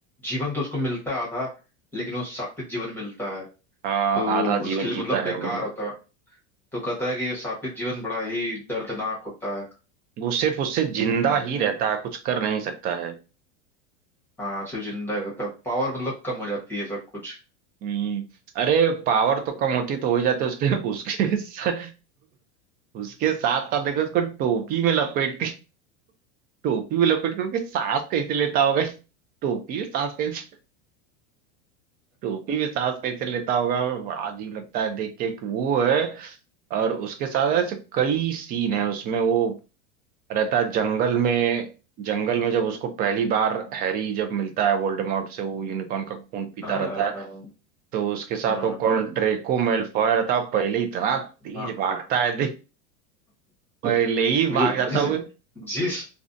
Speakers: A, in the centre; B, on the right (about 25°).
A: जीवन तो उसको मिलता है आधा लेकिन वो शापित जीवन मिलता है
B: हाँ
A: तो
B: आधा जीवन
A: उसके लिए
B: जीता
A: मतलब
B: है
A: बेकार
B: वो
A: होता है तो कहता है कि ये शापित जीवन बड़ा ही दर्दनाक होता है
B: वो सिर्फ उससे
A: हम्म,
B: जिंदा ही रहता है कुछ कर नहीं सकता है
A: हाँ सिर्फ जिंदा ही रहता है पावर मतलब कम हो जाती है सब कुछ
B: हम्म अरे पावर तो कम होती तो हो ही जाते उसके उसके सा- उसके साथ साथ देखो उसको टोपी में लपेट के टोपी में लपेट के उसके सांस कैसे लेता होगा टोपी में सांस कैसे टोपी में सांस कैसे लेता होगा बड़ा अजीब लगता है देख के कि वो है और उसके साथ ऐसे कई सीन है उसमें वो रहता है जंगल में जंगल में जब उसको पहली बार हैरी जब मिलता है वोल्डेमॉर्ट से वो यूनिकॉर्न का खून पीता
A: हाँ
B: रहता है तो उसके साथ
A: हाँ
B: वो कौन ड्रेको मैलफॉय रहता है पहले इतना तेज
A: हाँ
B: भागता है देख पहले ही
A: वो
B: भाग
A: जो
B: जाता
A: जिस
B: हुआ
A: जिस